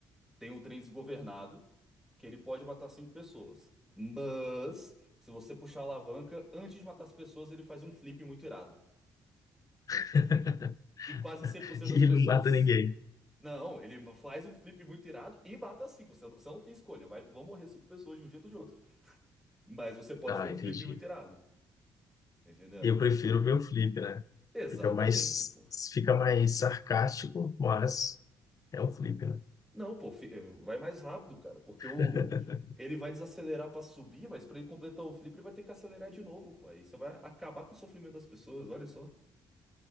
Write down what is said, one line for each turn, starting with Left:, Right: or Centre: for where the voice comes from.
Centre: tem um trem desgovernado, que ele pode matar cinco pessoas, mas se você puxar a alavanca, antes de matar as pessoas, ele faz um flip muito irado.
Left: <laughs>
Centre: E quase 100%
Left: E
Centre: das
Left: ele
Centre: pessoas
Left: não mata ninguém.
Centre: Não, ele faz um flip muito irado e mata cinco. Você não, você não tem escolha. Vai, vão morrer cinco pessoas de um jeito ou de outro. Mas você pode
Left: Ah,
Centre: ver um
Left: entendi.
Centre: flip muito irado. Tá entendendo?
Left: Eu prefiro ver o flip, né?
Centre: Exatamente,
Left: Fica mais,
Centre: pô.
Left: fica mais sarcástico, mas é um flip, né?
Centre: Não, pô, fi- eh, vai mais rápido, cara. Porque o.
Left: <laughs>
Centre: Ele vai desacelerar pra subir, mas pra ele completar o flip, ele vai ter que acelerar de novo, pô. Aí você vai acabar com o sofrimento das pessoas, olha só.